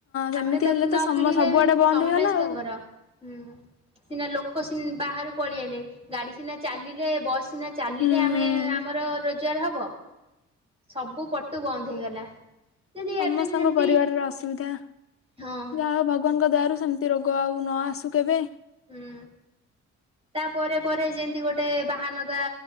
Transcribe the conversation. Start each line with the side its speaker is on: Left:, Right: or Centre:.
Left: ସେମିତି
Right: ଆମେ ତ
Left: ହେଲେ
Right: ନ
Left: ସମ
Right: କିଣିଲେ
Left: ସବୁଆଡେ
Right: ବି
Left: ବନ୍ଦ
Right: ସମସ୍ତେଙ୍କର
Left: ହେଇଗଲା ଆଉ।
Right: ହୁଁ ସିନା ଲୋକ ସିନା ବାହାରୁ ପଳେଇଆଲେ ଗାଡି ସିନା ଚାଲିଲେ ବସ୍ ସିନା ଚାଲିଲେ
Left: ହୁଁ
Right: ଆମେ
Left: ହୁଁ।
Right: ଆମର ରୋଜଗାର ହବ ସବୁ ପଟୁ ବନ୍ଦ ହେଇଗଲା। ଯେମିତି
Left: ସମସ୍ତଙ୍କ
Right: ଏବେ ଯେମିତି
Left: ପରିବାରର ଅସୁବିଧା
Right: ହଁ
Left: ଯାହା ହଉ ଭଗବାନଙ୍କ ଦୟାରୁ ସେମ୍ ସେମତି ରୋଗ ଆଉ ନ ଆସୁ କେବେ।
Right: ହୁଁ ତା ପରେ ପରେ ଯେମିତି ଗୋଟେ ବାହାନଗା